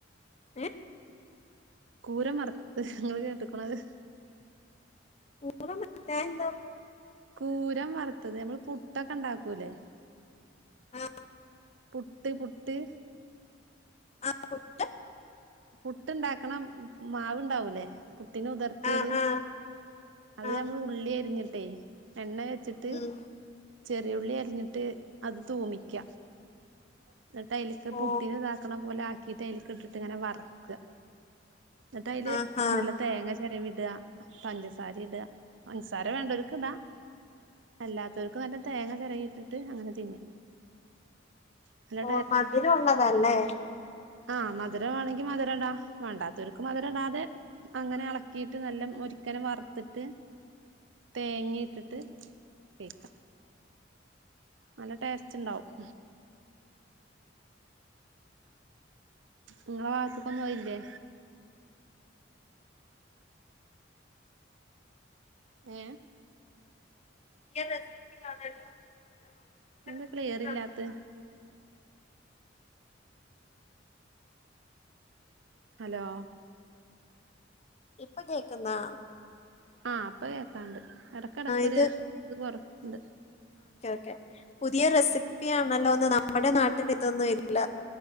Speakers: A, on the left; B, on the right.
A: ഏ
B: കൂര മറത്ത് ങ്ങള്ൾ കേട്ട്ക്ക്ണോ അത്
A: പൂരം കയന്താ
B: കൂരം വറുത്തത് അമ്മള് പുട്ടൊക്കെ ണ്ടാക്കൂല്ലേ
A: ആ
B: പുട്ട് പുട്ട്
A: ആ പുട്ട്
B: പുട്ട്ണ്ടാക്കണം മാവ്ണ്ടാവൂലേ പുട്ടിന് ഉതർത്തിയത്
A: ആ ആ
B: അത്
A: ആ
B: നമ്മൾ ഉള്ളി അരിഞ്ഞെ ട്ടെ എണ്ണ വെച്ചിട്ട്
A: ഉം
B: ചെറിയുള്ളി അരിഞ്ഞിട്ട് അത് തൂമിക്ക എന്നിട്ട് അയിലേക്ക്
A: ഓ
B: പുട്ടിനു ഇതാക്കണ പോലെ ആ ക്കിട്ട് അതിലേക്ക് ഇട്ടിട്ടിങ്ങനെ വറക്കുക എന്നിട്ട് അയില്
A: ആഹാ
B: നല്ല തേങ്ങ ചെരവി ടുക പഞ്ചസാ സാര ഇടുക പഞ്ചസാര വേണ്ടവർക്ക് ഇടാ അല്ലാത്തവർക്ക് നല്ല തേങ്ങ ചിരകീട്ടിട്ട് അങ്ങനെ തിന്ന നല്ല
A: ഓ മധുരം ഉള്ളതാല്ലേ
B: ആ മധുരം വേണോങ്കി മധുരം ഇടാ വേണ്ടാത്തവർക്ക് മധുരം ഇടാതെ അങ്ങനെ ഇളക്കിയിട്ട് നല്ല മൊരുക്കനെ വറു ത്തിട്ട് തേങ്ങയിട്ടിട്ട് കയിക്കാം നല്ല ടേസ്റ്റ് ഉണ്ടാവും ഇങ്ങളെ ഭാഗത്തേക്കൊന്നും അതില്ലേ ഏ
A: <unintelligible> പുതിയ
B: അതെന്താ ക്ലിയർ ഇല്ലാത്തത്
A: ആണല്ലോ.
B: ഹലോ
A: ഇപ്പൊ കേക്കുന്നാ
B: ആ പ്പൊ കേക്കാം ക്കാണ്ട് ഇടക്കടക്കൊരു
A: ഇത്
B: ഇത് കൊറ ണ്ട്
A: ക്കെ പുതിയ റെസിപ്പിയാണല്ലോ ന്നു നമ്മുടെ നാട്ടിൽ ഇതൊന്നും ഇല്ല